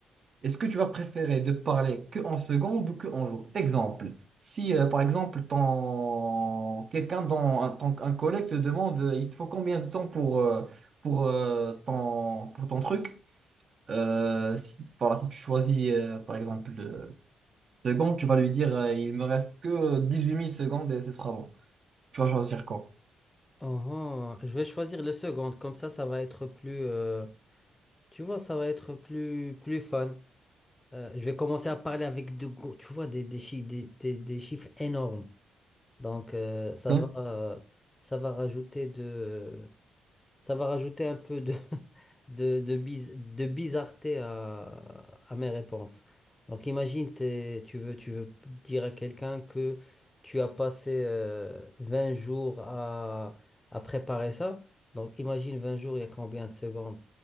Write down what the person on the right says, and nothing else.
Est-ce que tu vas préférer de parler que en secondes ou que en jours? Exemple, si euh, par exemple ton quelqu'un dans un, ton- un collègue te demande euh, il te faut combien de temps pour euh, pour euh, ton pour ton truc, euh, si, voilà, si tu choisis euh, par exemple euh, secondes, tu vas lui dire euh, il me reste que dix-huit mille secondes et ce sera bon. Tu vas choisir quoi?
Ok,